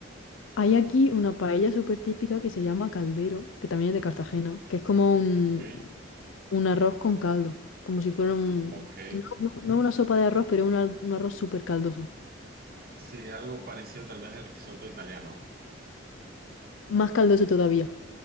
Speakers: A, on the left (about 85°); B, on the right (about 50°).
A: Hay aquí una paella súper típica que se llama caldero, que también es de Cartagena, que es como un,
B: Ok,
A: un arroz con caldo, como si fuera un...
B: ok.
A: No, no- no una sopa de arroz, pero un, al- un arroz súper caldoso.
B: Sí, algo parecido tal vez al risotto italiano.
A: Más caldoso todavía.